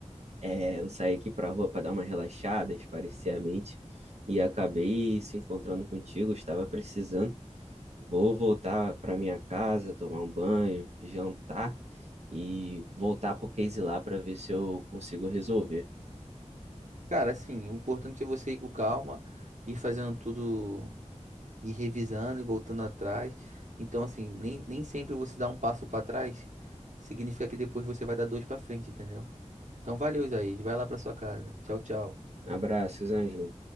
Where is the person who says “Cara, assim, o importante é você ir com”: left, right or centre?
Right